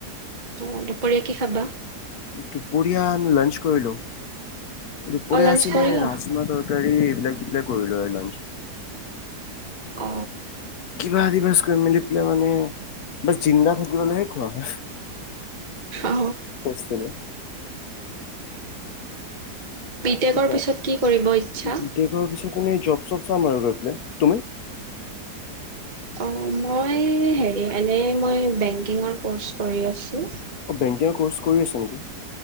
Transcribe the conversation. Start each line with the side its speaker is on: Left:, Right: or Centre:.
Right: অ দুপৰীয়া কি খাবা।
Left: দুপৰীয়া লাঞ্চ কৰিলোঁ। দুপৰীয়া
Right: অ লাঞ্চ
Left: আছিলে
Right: কৰিলা?
Left: ৰাজমা তৰকাৰী এইবিলাক দি পিলাক কৰিলো আৰু লাঞ্চ।
Right: অ।
Left: কিবা দিবাজ মেলি পেলাই মানে বচ জিন্দা থাকিবলৈহে খোৱা হয়।
Right: অ
Left: পচেল।
Right: বিটেকৰ
Left: বা-
Right: পিছত কি কৰিব ইচ্ছা।
Left: বিটেকৰ পিছত জব চব চাম আৰু গৈ পেলাই তুমি।
Right: অ মই হেৰি এনেই মই বেংকিঙৰ ক'ৰ্চ কৰি আছোঁ।
Left: অ' বেংকিঙৰ কৰ্চ কৰি আছা নেকি?